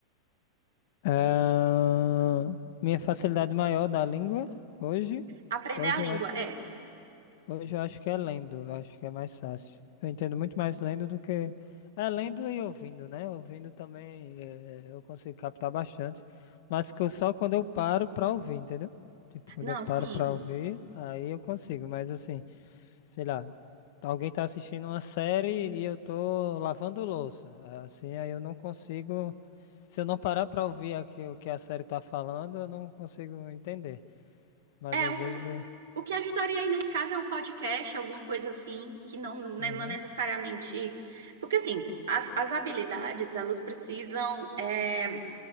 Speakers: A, on the left; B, on the right.
A: Ah, minha facilidade maior da língua hoje,
B: Aprender
A: hoje
B: a
A: eu
B: língua,
A: acho,
B: é.
A: hoje eu acho que é lendo, eu acho que é mais fácil. Eu entendo muito mais lendo do que é lendo e ouvindo, né? Ouvindo também eh, eu consigo captar bastante, mas que eu só quando eu paro pra ouvir, entendeu? Tipo, quando
B: Não,
A: eu paro
B: sim.
A: pra ouvir, aí eu consigo, mas assim, sei lá, alguém tá assistindo uma série e eu tô lavando louça, assim, aí eu não consigo se eu não parar pra ouvir aqui o que a série tá falando, eu não consigo entender. Mas
B: É,
A: às
B: o,
A: vezes. é-
B: o que ajudaria aí nesse caso é um podcast, alguma coisa assim, que não, né,
A: Uhum,
B: não é necessariamente. Porque, assim, as, as habilidades, elas precisam é,